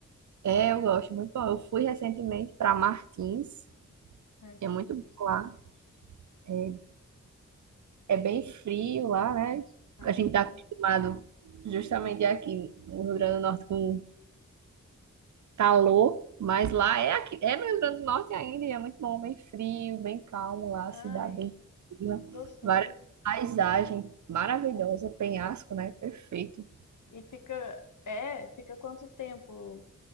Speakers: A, on the right; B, on the left.
A: É, eu gosto muito bom. Eu fui recentemente para Martins,
B: Martins.
A: e é muito bom lá. É, É bem frio lá, né?
B: Ai,
A: A gente
B: gostoso.
A: tá acostumado justamente aqui no Rio Grande do Norte com calor, mas lá é aqui, é no Rio Grande do Norte ainda, e é muito bom, bem frio, bem calmo lá,
B: Ai,
A: cidade bem fria,
B: gostoso.
A: várias paisagem maravilhosa, penhasco, né? Perfeito.
B: E fica, é, fica quanto tempo